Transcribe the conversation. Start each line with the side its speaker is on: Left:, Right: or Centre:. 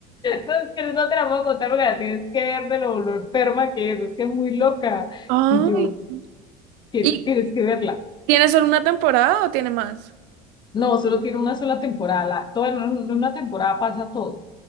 Left: No, Pero no te la puedo contar porque la tienes que ver de lo, lo enferma que es, es que es muy loca.
Right: Ay,
Left: Y yo, que
Right: ¿Y
Left: tienes que verla.
Right: tiene solo una temporada o tiene más?
Left: No, solo tiene una sola temporada. La- todo en un- en una temporada pasa todo.